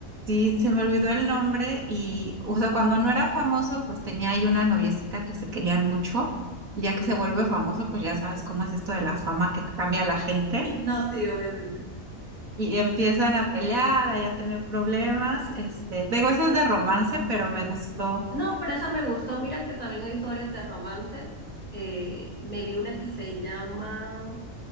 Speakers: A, on the right; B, on the right.
A: Sí, se me olvidó el nombre y, o sea, cuando no era famoso, pues tenía ahí una noviecita que se querían mucho. y Ya que se vuelve famoso, pues ya sabes cómo es esto de la fama que cambia a la gente.
B: No, sí, obviamente.
A: Y empiezan a pelear, ahí a tener problemas. Este, digo, eso es de romance, pero me gustó.
B: No, pero esa me gustó. Mira que también hay historias de romance. Eh, me vi una que se llama